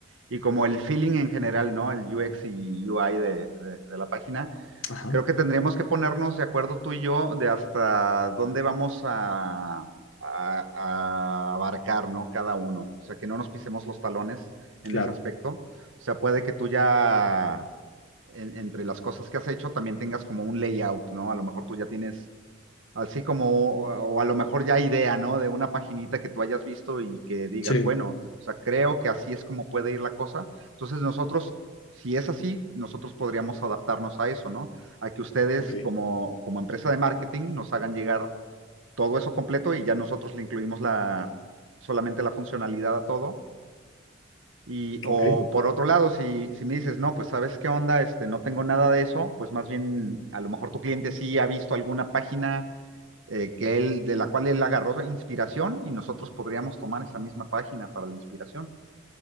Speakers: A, on the right (about 75°); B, on the left (about 85°).
A: y como el feeling en general, ¿no? El UX y UI de, de, de la página,
B: Ajá,
A: Creo que tendríamos que ponernos de acuerdo tú y yo de hasta dónde vamos a, a- a abarcar, ¿no? Cada uno. O sea, que no nos pisemos los talones en
B: claro.
A: ese aspecto. O sea, puede que tú ya en- entre las cosas que has hecho también tengas como un layout, ¿no? A lo mejor tú ya tienes, así como, o, o a lo mejor ya idea, ¿no? De una paginita que tú hayas visto y que digas,
B: Sí,
A: bueno, o sea, creo que así es como puede ir la cosa. Entonces nosotros, si es así, nosotros podríamos adaptarnos a eso, ¿no? A que ustedes
B: ok,
A: como, como empresa de marketing nos hagan llegar todo eso completo y ya nosotros le incluimos la, solamente la funcionalidad a todo y, o
B: ok.
A: por otro lado, si, si me dices, no, pues sabes qué onda, este, no tengo nada de eso, pues más bien a lo mejor tu cliente sí ha visto alguna página eh, que él, de la cual él agarró inspiración y nosotros podríamos tomar esa misma página para la inspiración.